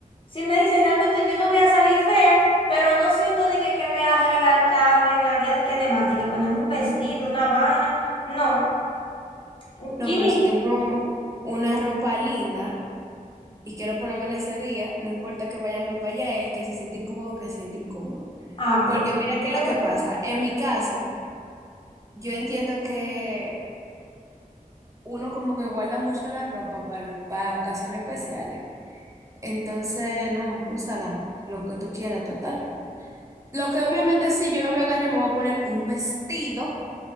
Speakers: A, on the left; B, on the right.
A: si me dicen realmente yo no voy a salir fea, pero no siento de que, que me arregal- arreglaría de que demás, de que ponemos un vestido, una vaina, no, un
B: No,
A: jean,
B: pero si tengo una ropa linda y quiero ponérmela ese día, no importa que vaya muy para allá, el que se siente incómodo, que se siente incómodo.
A: ah, bueno.
B: Porque mira qué es
A: Pero
B: lo que pasa. En mi caso, Yo entiendo que uno como que guarda mucho la ropa para, para ocasiones especiales. Entonces, no, úsala, lo que tú quieras, total. Lo que obviamente sí, yo no voy a agarrar y me voy a poner un vestido